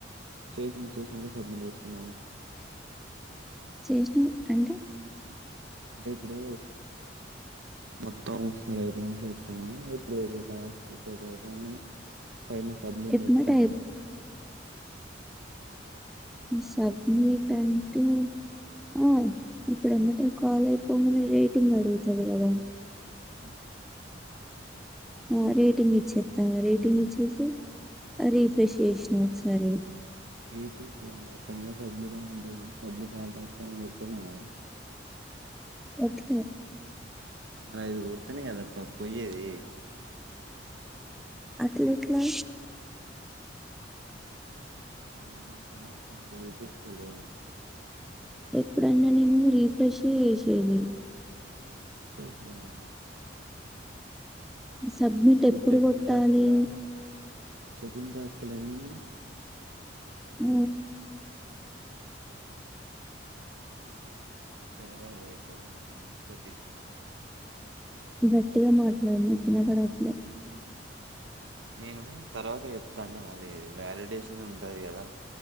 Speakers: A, on the right; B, in the centre.
A: చేసిన చేసినట్టే సబ్మిట్ చేస్తున్నావా
B: చేసినవి అంటే
A: అంటే ఇప్పుడు మొత్తం ఒకసారి అయిపోయానికి చెప్తా ఇప్పుడు టాస్ అయిపో కానీ పైన సబ్మిట్
B: ఎమ్మటే
A: నొక్కుతున్నావా
B: సబ్మిట్ అంటే ఆ ఇప్పుడంతటే కాల్ అయిపోందనే రేటింగ్ అడుగుతుంది కదా
A: ఆ
B: ఆ రేటింగ్ ఇచ్చేస్తాను రేటింగ్ ఇచ్చేసి రీఫ్రెష్ చేసినాం ఒకసారి
A: రఫ్రలా పైన సబ్మిట్ అ ఉంట సబ్మిట్ ఆలటస్తని కొట్టినావా
B: కొట్టలే
A: మరి ఇది కొడుతునే కదా ప్ప పయ్యేది
B: అట్ల ఎట్లా
A: మే కాల పనపిస్తలే
B: ఎప్పుడన్న నేను రిఫ్రెష్ చేసేది
A: రిఫ్రెష్ కాదు
B: సబ్మిట్ ఎప్పుడు
A: చెకింగ్
B: కొట్టాలి
A: టాస్క్లా చెకింగ్ టాస్కులు ఏమి ఉన్నాయి
B: అ
A: తెల్లవారితే నేన్ చెప్తా తీయ్
B: గట్టిగా మాట్లాడు నాక్ ఇనపడట్ల
A: నేను తర్వాత చెప్తాంటను అది వ్యాలిడేషన్ ఉంటది కదా